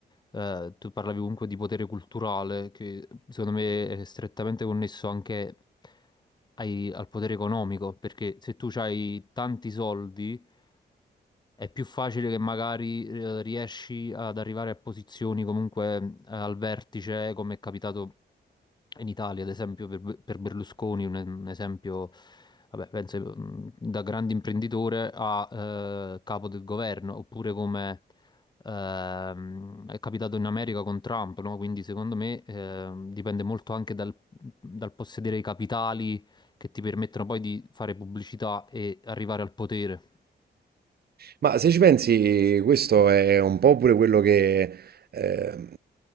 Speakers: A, on the left; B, on the right.
A: eh, tu parlavi comunque di potere culturale che secondo me è strettamente connesso anche ai- al potere economico perché se tu hai tanti soldi è più facile che magari eh, riesci ad arrivare a posizioni comunque eh, al vertice, come è capitato in Italia, ad esempio per, per Berlusconi, un, un esempio, vabbè, penso mh, da grande imprenditore a eh, capo del governo, oppure come ehm, è capitato in America con Trump, no? Quindi secondo me ehm, dipende molto anche dal, dal possedere i capitali che ti permettono poi di fare pubblicità e arrivare al potere.
B: Ma se ci pensi, questo è un po' pure quello che... ehm,